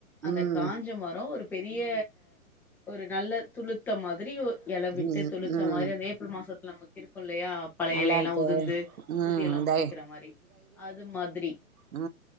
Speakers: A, in the centre; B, on the right.
A: அந்த
B: ம்
A: காஞ்ச மரம் ஒரு பெரிய ஒரு நல்ல துளுத்த மாதிரி எல விட்டு
B: ம்
A: துளுத்த
B: ம்
A: மாரி அந்த ஏப்ரல் மாசத்துல நமக்கு இருக்கும் இல்லையா பழைய
B: நல்லா
A: எலையெல்லா
B: இருக்கு
A: உதுர்ந்து
B: ம்
A: புதிய எல
B: இந்த
A: மொளைக்கிற
B: ஐ
A: மாரி அது மாதிரி
B: ஆ